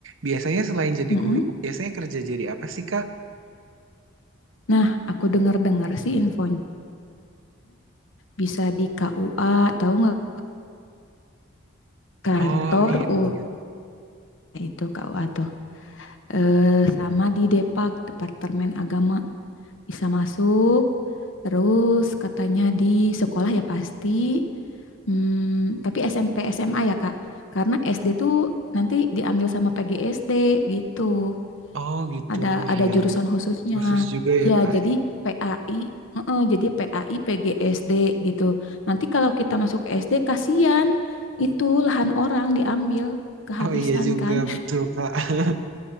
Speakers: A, on the right; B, on the left.
A: biasanya selain jadi
B: mm-mm.
A: guru, biasanya kerja jadi apa sih Kak?
B: nah aku dengar-dengar sih infonya bisa di KUA tahu nggak kantor
A: Oh iya
B: U
A: iya,
B: nah itu KUA tuh eh, sama di Depak Departemen Agama bisa masuk terus katanya di sekolah ya pasti Hmm, tapi SMP SMA ya Kak karena SD tuh nanti diambil sama PGSD gitu
A: oh gitu
B: ada
A: iya
B: ada jurusan
A: iya,
B: khususnya
A: khusus juga
B: ya
A: ya Kak.
B: jadi PAI heeh, jadi PAI PGSD gitu nanti kalau kita masuk SD kasihan itu lahan orang diambil kehabisan
A: Oh iya juga
B: kan
A: betul Kak. <laughs>